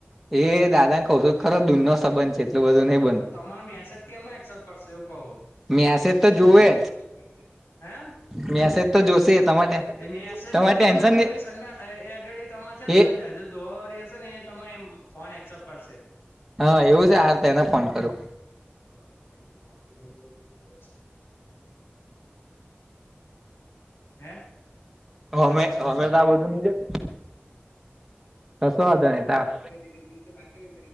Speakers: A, in the centre; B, on the left.
A: એ દાદાન કહું સુત ખરો દૂરનો સંબંધ છે, એટલું બધું નહીં
B: તો તમાર મેસેજ કેમનો એક્સેપ્ટ કરશે એવું કવું.
A: મેસેજ
B: તો પ્રોફાઈલ
A: જોવે
B: ફોટો ક્લીન કરશે હે.
A: જ મેસેજ તો જોશે તમારે
B: મેસજ
A: તમારે
B: નહીં
A: ટેન્શન
B: જોતો હોય
A: નહી
B: પેલી સંડા એ એગાડી તમાર છેન પેલું
A: એ
B: જાજુ ધોવાવાળી હશે નએ તમને એમ ફોન એક્સેપ્ટ કરશે.
A: હા એવું છે, હારતો એને ફોન કરું.
B: એ તો <unintelligible> હે. બોલો
A: અમે અમે તોઆ બધું નઈ જતું કસો વાધો નઇ તો આપ
B: પેલી વીસી બાકી રઈ